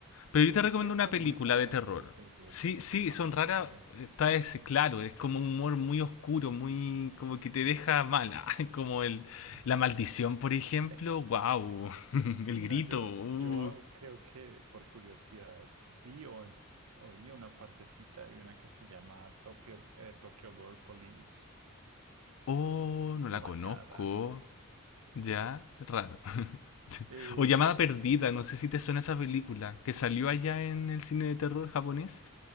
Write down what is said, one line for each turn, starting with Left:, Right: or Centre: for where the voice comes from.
Left: Pero
Right: bueno,
Left: yo te recomiendo
Right: es que son
Left: una película
Right: muy raras
Left: de terror.
Right: esas películas
Left: Sí,
Right: de terror
Left: sí,
Right: jap-
Left: son raras,
Right: japonés.
Left: está ese, claro, es como un humor muy oscuro, muy como que te deja mala, <laughs> como el
Right: <laughs>
Left: la maldición, por ejemplo,
Right: Eh,
Left: wow, <laughs> el
Right: No,
Left: grito,
Right: yo,
Left: uh.
Right: yo creo que por curiosidad vi o, em- oí una partecita de una que se llama Tokyo, eh, Tokyo Gore Police.
Left: oh, no
Right: Demasiado
Left: la conozco,
Right: rara.
Left: ya, raro. <laughs>
Right: Eh,
Left: O Llamada Perdida, no sé si te suena esa película que salió allá en el cine de terror japonés,